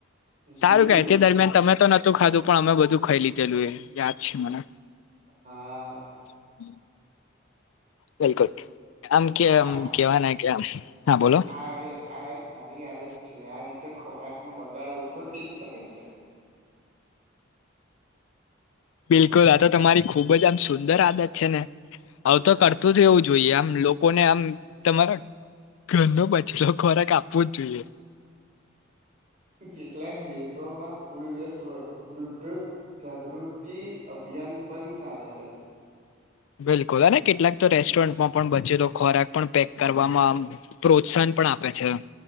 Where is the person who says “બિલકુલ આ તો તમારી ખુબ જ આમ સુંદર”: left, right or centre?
Left